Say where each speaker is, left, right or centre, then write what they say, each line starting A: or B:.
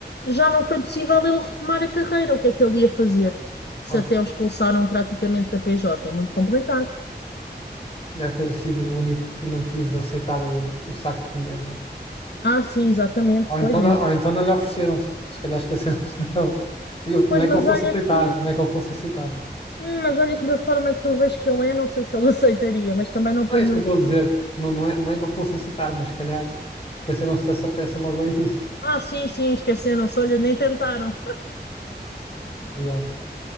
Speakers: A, on the left (about 70°); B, on the left (about 30°).
A: já não foi possível ele retomar a carreira. O que é que ele ia fazer? Se
B: <laughs>
A: até o expulsaram praticamente da PJ, é muito complicado.
B: Deve ter sido o único que não quis aceitar o, o saco de dinheiro.
A: Ah, sim, exatamente,
B: Ou
A: pois
B: então, não-
A: é.
B: ou então não lhe ofereceram, se, se calhar esqueceram-se <laughs> dele. Ele-
A: Pois,
B: não é
A: mas
B: que ele fosse
A: olha
B: aceitar,
A: que,
B: não é que ele fosse aceitar.
A: hum, mas olha que da forma que eu vejo que ele é, não sei se ele <laughs> aceitaria, mas também não ponho.
B: Não é isso que eu estou a dizer. Não, não é, não é que ele fosse aceitar, mas se calhar esqueceram-se dessa peça logo ao início.
A: Ah, sim, sim, esqueceram-se, olha, nem tentaram.
B: Yeah.